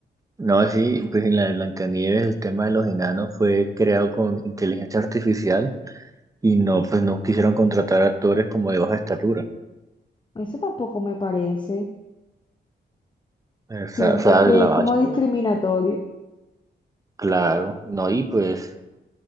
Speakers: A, on the right (about 15°); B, on the left (about 25°).
A: No, sí, pues en la de Blancanieves el tema de los enanos fue creado con inteligencia artificial y no, pues no quisieron contratar actores como de baja estatura.
B: Eso tampoco me parece.
A: O sea,
B: Siento
A: o sea,
B: que
A: de la
B: es
A: base,
B: como discriminatorio.
A: pues, claro, no, y pues